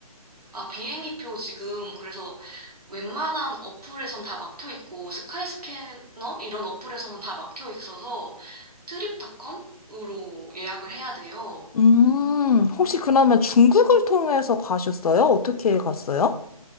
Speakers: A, on the right; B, on the left.
A: 아, 비행기표 지금 그래서 웬만한 어플에선 다 막혀 있고 스카이스캐너 이런 어플에서는 다 막혀 있어서 트립닷컴으로 예약을 해야 돼요.
B: 음, 혹시 그러면 중국을 통해서 가셨어요? 어떻게 갔어요?